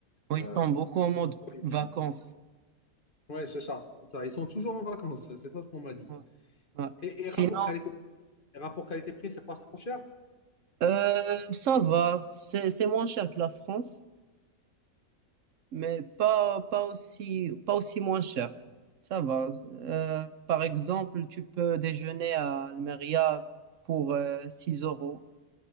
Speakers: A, on the right; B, on the left.
A: Oui,
B: Euh,
A: Ils sont beaucoup en mode
B: convivial.
A: vacances.
B: ouais, c'est ça. Ça, Ils sont toujours en vacances, c'est ça ce qu'on m'a dit.
A: Ouais, ouais.
B: Et,
A: Sinon,
B: et rapport qualité Et rapport qualité-prix, c'est pas trop cher.
A: euh, ça va. C'est, c'est moins cher que la France. mais pas, pas aussi, pas aussi moins cher. Ça va. Euh, par exemple, tu peux déjeuner à Almeria pour euh, 6 euros,